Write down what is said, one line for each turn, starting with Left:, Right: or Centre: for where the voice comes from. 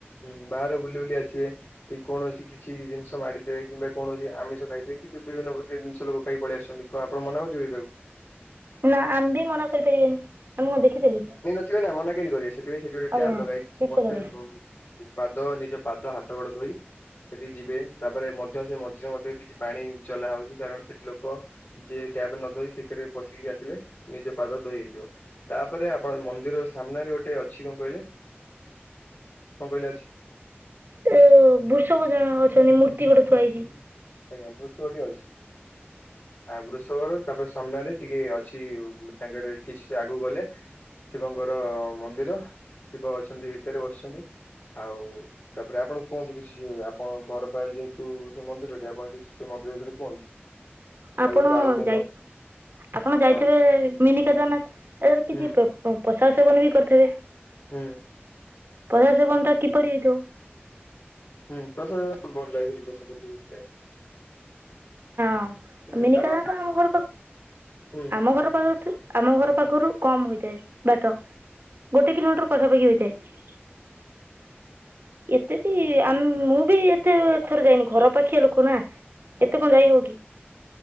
Left: ହୁଁ ବାହାରୁ ବୁଲି ବୁଲି ଆସିବେ। କି କୌଣସି କିଛି ଜିନିଷ ମାଡିଦେବେ କିମ୍ବା କୌଣସି ଆମିଷ ଖାଇଥିବେ କିନ୍ତୁ ବିଭିନ୍ନ ପ୍ରକାର ଜିନିଷ ଲୋକ ଖାଇକି ପଳେଇ ଆସୁଛନ୍ତି। ତ ଆପଣ ମନା କ ଟିବି ଟାକୁ।
Right: ନା ଆମେ ବି ମନା କରିପାରିବେନି ଆମେ ମୁଁ ଦେଖିଥିଲେ କି?
Left: ସେ ନା ମନା କେମତି କରିବେ ସେଥିପାଇଁ ସେଠି ଗୋଟେ
Right: ଆଜ୍ଞା
Left: ଟାପ୍ ଲଗାଇଛି
Right: ଠିକ୍
Left: ସମସ୍ତେ
Right: କଥା କହିଛନ୍ତି।
Left: <unintelligible> ପାଦ ନିଜ ପାଦ ହାତ ଗୋଡ ଧୋଇ। ସେଠିକି ଯିବେ ତାପରେ ମଧ୍ୟ ସେ ମଝିରେ ମଧ୍ୟ କିଛି ପାଣି ଚଲା ହଉଛି କାରଣ ସେଠି ଲୋକ ଯେ ଟ୍ୟାପ ନ ଧୋଇ ସେଥିରେ ପଶିକି ଆସିଲେ ନିଜ ପାଦ ଧୋଇ ହେଇଯିବ। ତାପରେ ଆପଣ ମନ୍ଦିର ସାମ୍ନାରେ ଗୋଟେ ଅଛି କଣ କହିଲେ? କଣ କହିଲେ ଅ
Right: ଏ ବୃଷଭ ଜଣେ ଅଛନ୍ତି ମୂର୍ତ୍ତି ଗୋଟେ ଥୁଆ ହେଇଚି।
Left: ଆଜ୍ଞା ବୃଷଭ ଟି ଅଛି। ଆ ବୃଷଭ ର ତାପରେ ସାମ୍ନାରେ ଟିକେ ଅଛି ତାଙ୍କର କିଛି ଆଗକୁ ଗଲେ। ଶିବଙ୍କର ମନ୍ଦିର ଶିବ ଅଛନ୍ତି ଭିତରେ ବସିଛନ୍ତି। ଆଉ ତାପରେ ଆପଣ କୁହନ୍ତୁ କିଛି ଆପଣ ଘର ପାଖ ଯେହେତୁ ସେ ମନ୍ଦିର ତା <unintelligible>
Right: ଆପଣ
Left: ଭିତରେ ଆଉ କୋଉ
Right: ଯାଇ
Left: ମ
Right: ଆପଣ ଯାଇଥିବେ
Left: ହଁ
Right: ମିନି କେଦାରନାଥ ଏରା କିଛି
Left: ହୁଁ
Right: ପ ପ ପ୍ରସାଦ ସେବନ ବି କରିଥିବେ।
Left: ହୁଁ।
Right: କୈଳାଶ <unintelligible> କିପରି ହେଇଥିବ?
Left: ହୁଁ ପ୍ରସାଦ ଭଲ <unintelligible> ପ୍ରସାଦ ଯୁ ଗୋଟେ।
Right: ହଁ
Left: ହୁଁ
Right: ମିନିକେନାଥ
Left: ଆପଣ
Right: ଆମ ଘର ପା
Left: ହୁଁ
Right: ଆମ ଘର ପାଖ ଥି ଆମ ଘର ପାଖରୁ କମ ହୋଇଥାଏ। ବାଟ
Left: ହୁଁ
Right: ଗୋଟେ
Left: ହୁଁ
Right: କିଲୋମିଟର ପାଖାପାଖି ହୋଇଥାଏ। ଏତେ ବି ଆ ମୁଁ ବି ଏତେ ଥର ଯାଇନି ଘର ପାଖିଆ ଲୋକ ନା। ତ
Left: ହୁଁ
Right: କ ଯାଇ ହବ କି?